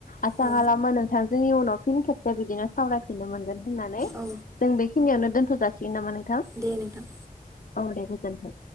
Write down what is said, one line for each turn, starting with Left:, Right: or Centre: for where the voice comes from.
Left: आसा
Right: औ
Left: खालामो नोंथांजों उनाव फिन खेबसे बिदिनो सावरायफिननो मोनगोन होननानै।
Right: औ
Left: जों बेखिनियावनो दोनथ' जासिगोन नामा नोंथां?
Right: दे नोंथां।
Left: अ दे गोजोनथों।